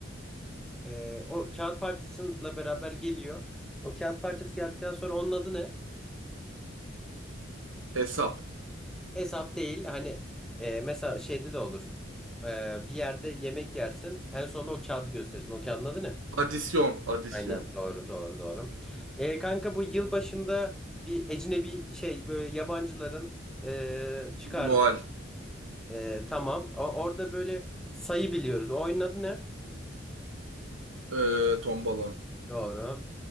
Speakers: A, in the centre; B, on the right.
A: Ee, o kağıt parçasıyla beraber geliyor. O kağıt parçası geldikten sonra onun adı ne?
B: Hesap.
A: Hesap değil. Hani e, mesela şeyde de olur. Ee, bir yerde yemek yersin. En sonunda o kağıdı gösterirsin. O kağıdın adı ne?
B: Adisyon adisyon.
A: Aynen. Doğru doğru doğru. Ee, kanka bu yıl başında bir ecnebi şey böyle yabancıların e, çıkardığı
B: Noel.
A: Ee, tamam. O- orada böyle sayı biliyoruz. O oyunun adı ne?
B: E, tombala.
A: Doğru.